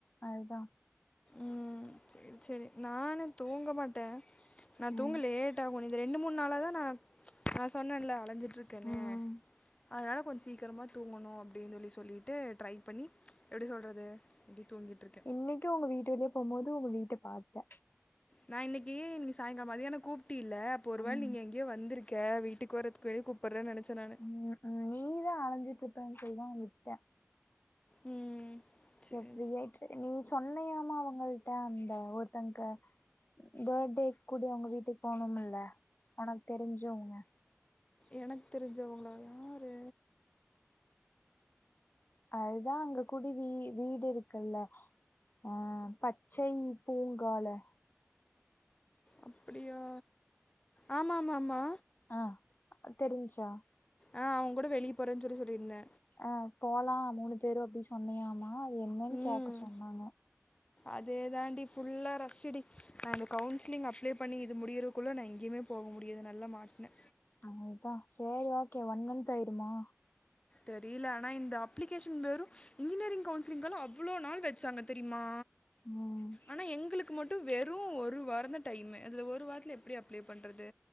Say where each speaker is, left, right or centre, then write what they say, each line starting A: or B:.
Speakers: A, on the left (about 45°); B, on the left (about 25°).
A: அதுதா
B: ம் செரி செரி நானு தூங்க மாட்டே நா
A: ம்
B: தூங்லேட் டாகு இந்த ரெண்டு மூணு நாளா தா நா நா சொன்னேன்ல அலஞ்சு இருக்கனே
A: ம்
B: அதனால கொஞ்சோ சீக்கரமா தூங்கணு அப்டின்னு சொல்லி சொல்லிட்டு ட்ரை பண்ணி எப்டி சொல்றது இப்டி தூங்கிட்டிருக்
A: இன்னைக்கு உங்க வீட்டு வழியே போம்போது உங்க வீட்ட பாத்தே
B: நா இன்னிக்கி இன்னிக் சாயங்காலோ மதியான கூப்டில்ல அப்ப ஒரு வேல
A: ம்
B: நீங்க எங் கயோ வந்திருக்க வீட்டுக்கு வரதுக்கு வெளிய கூப்பட்ற நினைச்சே நான்
A: ம் ம் நீதா அலைஞ்சிட்டு இருப்பன்னு சொல்லி தா உட்டே
B: ம் சரி
A: சேர் ஃப்ரீயாட்டு நீ சொன்னையாமா அவங்கள்ட அந்த ஒருத்தங்கங்க பேர்த்டே கூட அவுங்க வீட்டுக்கு போனோமில்ல உனக்கு தெரிஞ்சவங்க
B: எனக்கு தெரிஞ்சவங்களா யாரு
A: அதுதா அங்க குடுவி வீடு இருக்குல்ல ஆ பச்சை பூங்கால
B: அப்புடியா ஆமா ஆமா ஆமா
A: ஆ தெரிஞ்சா
B: ஆ அவ கூட வெளிய போறேன்னு சொல்லி சொல்லியிருந்த
A: அ போலா மூணு பேரு அப்டின் சொன்னியாமா அது என்னன்னு
B: ம்
A: கேட்க சொன்னாங்க
B: அதே தாண்டி ஃபுல்லா ரெஸ்ட் டீ நா இந்த கவுன்சிலிங் அப்ளை பண்ணி இது முடியிறக்குள்ள நா எங்கியுமே போக முடியாது நல்ல மாட்னே
A: ஆ அதா சேரி ஓகே ஒன் மந்த் ஆயிருமா
B: தெரியல ஆனா இந்த அப்ளிகேஷன் வெறு இன்ஜினியரிங் கவுன்சிலிங்கெல்லா அவ்ளோ நாள் வெச்சாங்க தெரிமா
A: ம்
B: ஆனா எங்ளுக் க்கு மட்டு வெறு ஒரு வாரோந்த டைமு அதுல ஒரு வாரத்துல எப்டி அப்ளை பண்றது